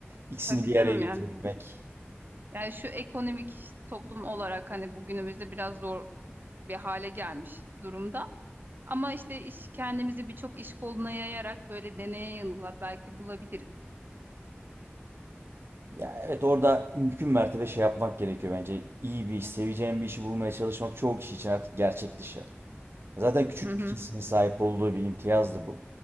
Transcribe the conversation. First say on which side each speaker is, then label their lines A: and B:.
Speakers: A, on the right; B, on the right.
A: İkisini
B: Tabii
A: bir
B: canım
A: araya getirebilmek.
B: yani. Yani şu ekonomik toplum olarak hani bugünümüzde biraz zor bir hale gelmiş durumda. Ama işte iş kendimizi birçok iş koluna yayarak böyle deneye yanıla belki bulabiliriz.
A: Ya evet orada mümkün mertebe şey yapmak gerekiyor bence. İyi bir iş, seveceğin bir işi bulmaya çalışmak çoğu kişi için artık gerçek dışı. Zaten küçük
B: Hı hı.
A: bir kesimin sahip olduğu bir imtiyazdı bu.